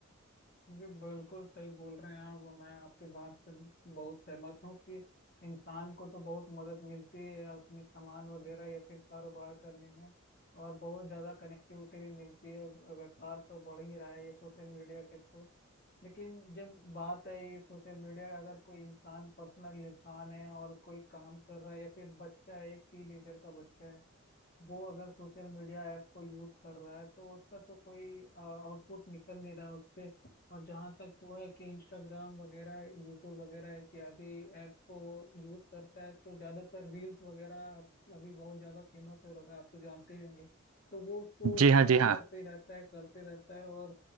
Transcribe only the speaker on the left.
जी बिल्कुल सही बोल रहे हैं आप मैं आपकी बात से बहुत सहमत हूँ कि इंसान को तो बहुत मदद मिलती है अपने सामान वगैरह या फिर कारोबार करने में और बहुत ज़्यादा कनेक्टिविटी भी मिलती है व्यापार तो बढ़ ही रहा है ये सोशल मीडिया के थ्रू लेकिन जब बात है ये सोशल मीडिया अगर कोई इंसान पर्सनल इंसान है और कोई काम कर रहा है या फिर बच्चा है एक टीनेजर का बच्चा है वो अगर सोशल मीडिया ऐप को यूज कर रहा है तो उसका तो कोई आउटपुट निकल नहीं रहा उससे और जहाँ तक वो है कि इंस्टाग्राम वगैरह यूट्यूब वगैरह इत्यादि ऐप्स को वो यूज करता है तो ज्यादातर रील्स वगैरह अब- अभी बहुत ज्यादा फेमस हो रखा है आप तो जानते ही होंगे तो वो उसको
स्क्रोल
करते ही रहता है करते रहता है और